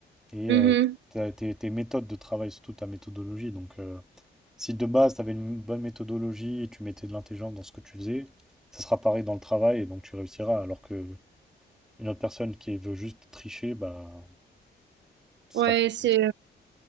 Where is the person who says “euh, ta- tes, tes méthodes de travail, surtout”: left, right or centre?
Centre